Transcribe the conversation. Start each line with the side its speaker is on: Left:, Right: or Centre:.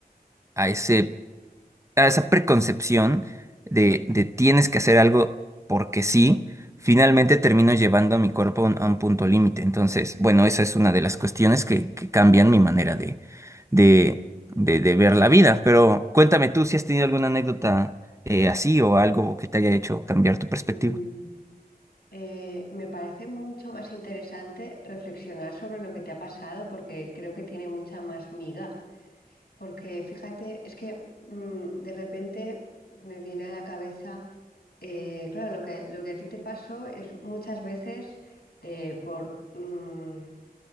Right: a ese a esa preconcepción de, de tienes que hacer algo porque sí, finalmente termino llevando a mi cuerpo a un, a un punto límite. Entonces, bueno, esa es una de las cuestiones que, que cambian mi manera de, de, de, de ver la vida. Pero cuéntame tú si has tenido alguna anécdota eh, así o algo que te haya hecho cambiar tu perspectiva.
Left: ujú. eh, me parece mucho más interesante reflexionar sobre lo que te ha pasado porque creo que tiene mucha más miga. Porque fíjate, es que mm, de repente me viene a la cabeza, eh, claro, lo que, lo que a ti te pasó es muchas veces eh, por mm,